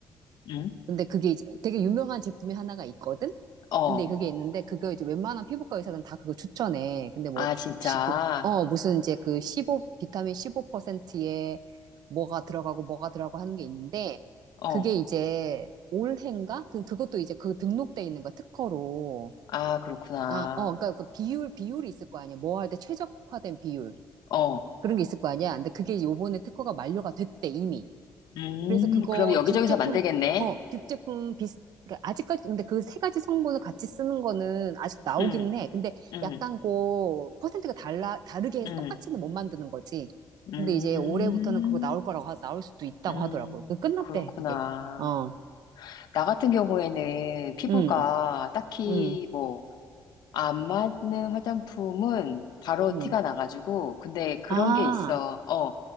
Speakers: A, on the left; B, on the right.
A: 음,
B: 근데 그게 이제 되게 유명한 제품이 하나가 있거든?
A: 어,
B: 근데 그게 있는데 그거 이제 웬만한 피부과 의사는 다 그거 추천해. 근데 뭐,
A: 아, 진짜.
B: 시, 그, 어, 무슨 이제 그 15, 비타민 15%에 뭐가 들어가고 뭐가 들어가고 하는 게 있는데
A: 어,
B: 그게 이제 올해인가? 그, 그것도 이제 그 등록돼 있는 거야, 특허로.
A: 아, 그렇구나.
B: 아, 어, 그러니까 그 비율, 비율이 있을 거 아니야. 뭐 할 때 최적화된 비율.
A: 어,
B: 그런 게 있을 거 아니야. 근데 그게 요번에 특허가 만료가 됐대, 이미.
A: 음,
B: 그래서 그거
A: 그럼 여기저기서
B: 듀 제품,
A: 만들겠네?
B: 어, 듀 제품 비슷, 그러니까 아직까지, 근데 그 세 가지 성분을 같이 쓰는 거는 아직 나오기는
A: 음,
B: 해. 근데
A: 음.
B: 약간 그 퍼센트가 달라, 다르게 해서
A: 음,
B: 똑같이는 못 만드는 거지. 근데
A: 음,
B: 이제 올해부터는 그거 나올 거라고, 하- 나올 수도 있다고
A: 음,
B: 하더라고 그 끝났대,
A: 그렇구나.
B: 그게. 어,
A: 나 같은 경우에는 피부가
B: 음,
A: 딱히
B: 음,
A: 뭐, 안 맞는 화장품은 바로
B: 음.
A: 티가 나가지고, 근데 그런
B: 아,
A: 게 있어. 어,